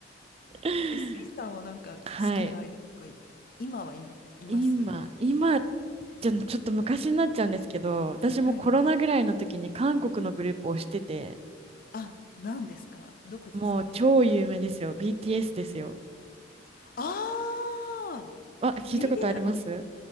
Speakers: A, on the right; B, on the left.
A: <laughs>
B: え、スイさんはなんか好きなアイドルとかい、
A: はい。
B: 今はい、います
A: 今、今、じゃ、ちょっと昔になっちゃうんですけど、私もコロナぐらいの時に韓国のグループをしてて、
B: はいはい。あ、何ですかどこですか
A: もう超有名ですよ。BTS ですよ。
B: ああ
A: あ、聞いたことあります
B: ービデオあの、